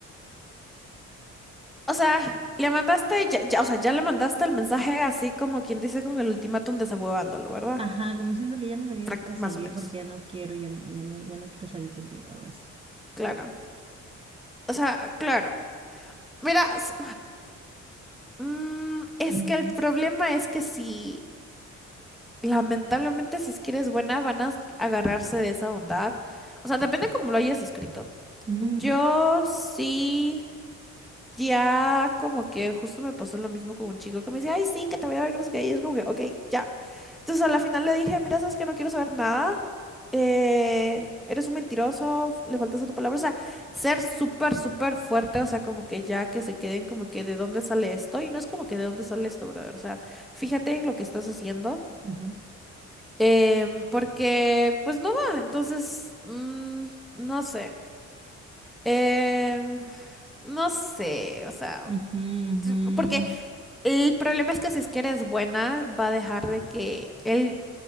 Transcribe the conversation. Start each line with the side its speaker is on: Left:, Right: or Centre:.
Centre: O sea, le mandaste, ya, ya- o sea, ya le mandaste el mensaje así como quien dice con el ultimátum desahuevándolo, ¿verdad?
Right: Ajá, como diciéndole, ya no me digas
Centre: Práct-
Right: para
Centre: más
Right: salir
Centre: o menos.
Right: porque ya no quiero, ya no, ya no, ya no quiero salir contigo, algo así.
Centre: Claro. O sea, claro. Mira, s- mm, es
Right: Ujú,
Centre: que el problema es que si, lamentablemente, si es que eres buena, van a agarrarse de esa bondad. O sea, depende cómo lo hayas escrito.
Right: ujú,
Centre: Yo
Right: ujú,
Centre: sí, ya como que justo me pasó lo mismo con un chico que me decía, ay, sí, que te voy a ver, que no sé qué", y es como que, ok, ya. Entonces a la final le dije, mira, sabes que no quiero saber nada. eh, eres un mentiroso, le faltas a tu palabra. O sea, ser súper, súper fuerte. O sea, como que ya que se queden como que de dónde sale esto. Y no es como que de dónde sale esto, brother. O sea, fíjate en lo que estás haciendo.
Right: ujú,
Centre: em, porque, pues no va. Entonces, mm, no sé. em, no sé. O sea,
Right: ujú, ujú,
Centre: t- porque el problema es que si es que eres buena, va a dejar de que él